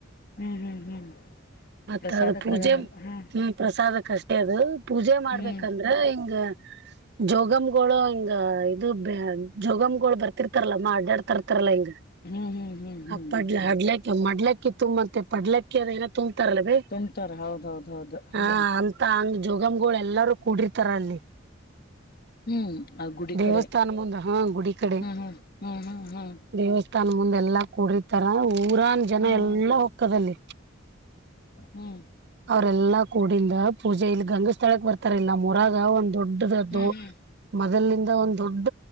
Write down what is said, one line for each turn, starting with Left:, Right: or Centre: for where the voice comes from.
Left: ಹ್ಮ್ ಹ್ಮ್ ಹ್ಮ್
Right: ಮತ್ತ
Left: ಪ್ರಸಾದಕ್ಕದ
Right: ಅದು ಪೂಜೆ
Left: ಹಾ
Right: ಹ್ಮ ಪ್ರಸಾದಕ್ಕೆಷ್ಟೇ ಅದು ಪೂೆ
Left: ಹ್ಮ್
Right: ಂದ್ರೆ ಹಿಂಗ ಜೋಗಮ ಗಳು ಹಿಂಗ ಇದು ಜೋಗಮ್ಗಳು ಬರ್ತಿರ್ತಾರಲ್ಲ ಮಾ ಆಡ್ಡಾಡ್ತರ್ತಾರಲ್ಲಾ ಹಿಂಗ
Left: ಹ್ಮ್ ಹ್ಮ್ ಹ್ಮ್ ಹ್ಮ್
Right: ಹ ಪಡ್ಲ ಅಡ್ಲಕ್ಕ ಮಡ್ಲಕ್ಕಿ ತುಂಬಂತೆ ಪಡ್ಲಕ್ಕಿ ಅ ಏನ ತುಂಬ ಲ್ಲ ಬಿ
Left: ತುಂಬ್ತಾರ ಹೌದೌದ ಹೌದು ಹ್ಮ್
Right: ಹ ಅಂತ ಹಂಗ ಜೋಗಮ್ಗಳು ಎಲ್ಲಾರೂ ಕೂಡಿರ್ತಾರ ಅಲ್ಲಿ
Left: ಹ್ಮ್ ಆ ಗುಡಿ
Right: ದೇವಸ್ಥಾನ
Left: ಕಡೆ
Right: ಮುಂದೆ ಹಾ ಗುಡಿ ಕಡೆ
Left: ಹ್ಮ್ ಹ್ಮ್ ಹ್ಮ್ ಹ್ಮ್ ಹ್ಮ್
Right: ದೇವಸ್ಥ ತನ ಮುಂದೆಲ್ಲಾ. ಕುಡತಾರ ಊರನ್ ಜನ
Left: ಹ್ಮ್
Right: ಎಲ್ಲಾ
Left: ಹ್ಮ್
Right: ಹೊಕ್ಕದಲ್ಲಿ
Left: ಹ್ಮ್
Right: ಅವ್ರೆಲ್ಲಾ ಕೂಡಿಂದ ಪೂಜೆ ಇಲ್ಲಿ ಗಂಗ ಸ್ಥಳಕ್ ಬರ್ತಾರಿಲ್ಲಿ ನಮ್ಮೂರಗ ಒಂದು ದೊಡ್ಡದದ್ದು
Left: ಹ್ಮ್ ಹ್ಮ್
Right: ಮೊದಲಿಂದ ಒಂದ್ ದೊಡ್ಡ